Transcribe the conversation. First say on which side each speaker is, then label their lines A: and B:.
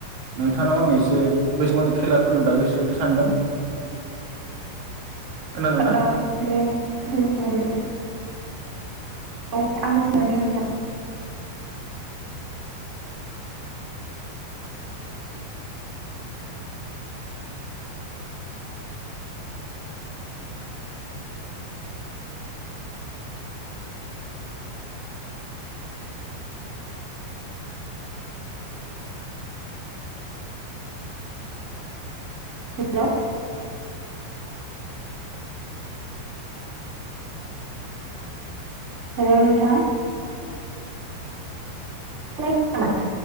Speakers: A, on the right; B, on the right.
A: नोंथांनाव आं एसे बैसागुनि खेलाफोरनि बागै सोंनो सानदों?
B: <inaudible>
A: खोनादोंना?
B: दे बुं दे <unintelligible> दे नोंथां। हेल'? हेल' नोंथां? खोनाखै नामा